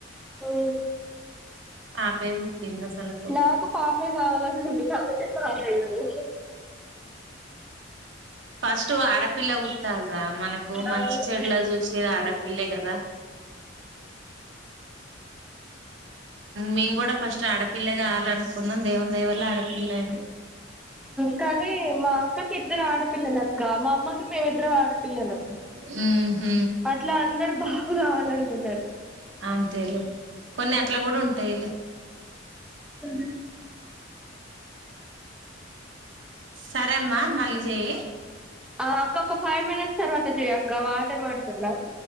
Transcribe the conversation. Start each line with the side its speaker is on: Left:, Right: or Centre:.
Centre: ఊ
Right: పాపే పుట్టింది అసలుకు
Centre: నాకు పాపే కావాలఉంది కాబట్టి పాపయింది
Right: ఫస్ట్ ఆడపిల్ల పిల్ల పుట్టాల్రా మనకు మంచి
Centre: అవును
Right: చెడులా చూసేది ఆడపిల్ల కదా మేము కూడా ఫస్ట్ ఆడపిల్ల కావాల అనుకున్నాం దేవుందాయ ఆడపిల్ల అయింది.
Centre: కానీ మా అక్కకి ఇద్దరు ఆడపిల్లలక్క మా అమ్మకి మేమిద్దరం ఆడపిల్లలం
Right: హుహు
Centre: అట్లా అందరు బాబు కావాలనుకున్నరు
Right: అంతేలే కొన్ని అట్లా కూడా ఉంటైలె
Centre: అ
Right: సరే అమ్మా మళ్ళీ చెయి
Centre: అక్క ఒక ఫైవ్ మినిట్స్ తర్వాత చెయక్క వాటర్ పడుతున్నా